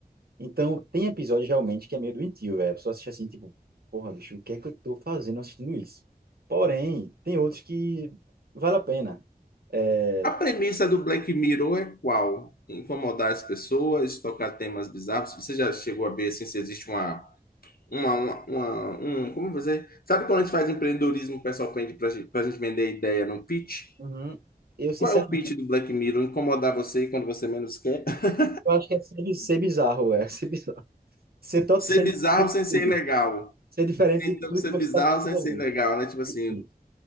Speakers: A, on the right; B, on the left.
A: Então, tem episódio realmente que é meio doentio, velho. A pessoa assiste assim, tipo, porra, bicho, o que é que eu tô fazendo assistindo isso? Porém, tem outros que vale a pena. É,
B: A premissa do Black Mirror é qual? Incomodar as pessoas, tocar temas bizarros. Você já chegou a ver assim, se existe uma, uma, uma, uma- um, como você... Sabe quando a gente faz empreendedorismo, o pessoal pede pra gente, pra gente vender ideia no pitch?
A: uhum. Eu, sinceramente,
B: Qual é o pitch do Black Mirror? Incomodar você quando você menos quer? <laughs>
A: eu acho que é ser, ser bizarro, velho. <laughs> Ser bizarro. Ser, to-
B: Ser
A: ser
B: bizarro
A: diferente de
B: sem ser
A: tudo.
B: ilegal.
A: Ser diferente
B: tentando
A: de tudo
B: ser
A: que você
B: bizarro
A: está acostumado
B: sem
A: a
B: ser
A: ver.
B: legal, né? Tipo assim,
A: Isso,